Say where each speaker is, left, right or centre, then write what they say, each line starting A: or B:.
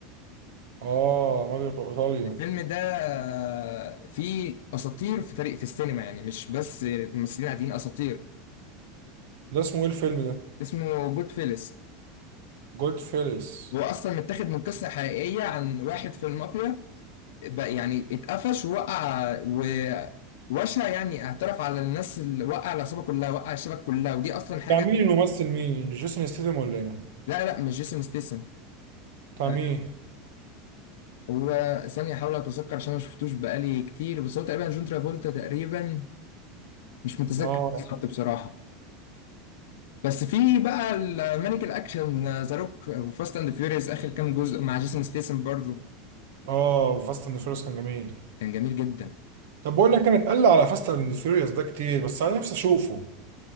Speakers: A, on the right; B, on the left.
A: اه مافيا في ايطاليا
B: الفيلم ده آه، فيه اساطير في تاريخ في السينما يعني مش بس ممثلين عاديين اساطير
A: ده اسمه ايه الفيلم ده
B: اسمه جود فيلس
A: جود فيلس
B: هو اصلا متاخد من قصه حقيقيه عن واحد في المافيا بقى يعني اتقفش ووقع ووشى يعني اعترف على الناس اللي وقع العصابه كلها وقع الشبكه كلها ودي اصلا
A: بتاع
B: حاجه
A: مين الممثل مين جيسون ستيدم ولا ايه
B: لا لا مش جيسون ستيسن
A: بتاع
B: آه،
A: مين
B: هو ثانية أحاول أتذكر عشان ما شفتوش بقالي كتير بس هو تقريبا جون ترافولتا تقريبا مش متذكر
A: اه
B: بالظبط بصراحة بس في بقى المانيك الاكشن ذا روك وفاست اند فيوريوس اخر كام جزء مع جيسون ستيسن برضه
A: اه فاست اند فيوريوس كان جميل
B: كان جميل جدا
A: طب بقول لك انا اتقل على فاست اند فيوريوس ده كتير بس انا نفسي اشوفه